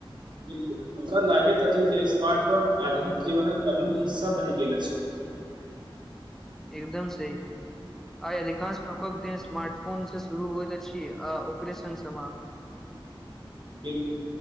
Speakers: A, on the right (about 55°); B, in the centre.
A: बिल्कुल हमरा लागैत अछि जे स्मार्ट फोन आधुनिक जीवनक अभिन्न हिस्सा बनि गेल अछि
B: एकदम सही आइ अधिकांश लोकक दिन स्मार्टफोन से शुरू होइत अछि आ ओकरे सङ्ग समाप्त
A: बिल्कुल